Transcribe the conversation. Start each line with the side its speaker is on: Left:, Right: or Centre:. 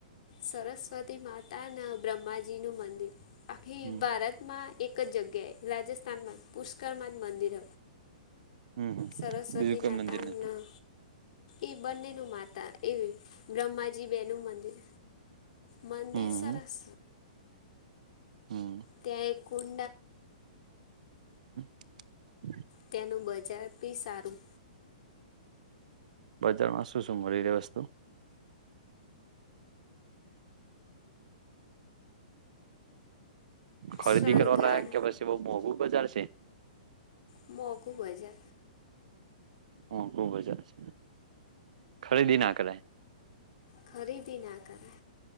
Left: સરસ્વતી માતા ને બ્રહ્માજી નું મંદિર આખી
Right: હમ
Left: ભારતમાં એક જ જગ્યાએ રાજસ્થાનમાં પુષ્કરમાન મંદિર
Right: હમમ
Left: સરસ્વતી
Right: બીજું કોઈ
Left: માતાના
Right: મંદિર નથી.
Left: એ બંને ન માતા એવી બ્રહ્માજી બે નું મંદિર મંદેસરસ
Right: હમ હમ હમ
Left: ત્યાં એક ઉન
Right: <unintelligible>
Left: તેનું બજાર બી સારું
Right: બજારમાં શું શું મળી રહેે વસ્તુ. ખરીદી
Left: શણગાર
Right: કરવા લાયક કે પછી બઉ મોંઘુ બજાર છે. તે.
Left: મકું હોજાય.
Right: હ ખુબ હજાર છે ખરીદી ના કરે.
Left: ખરીદી ના કરે.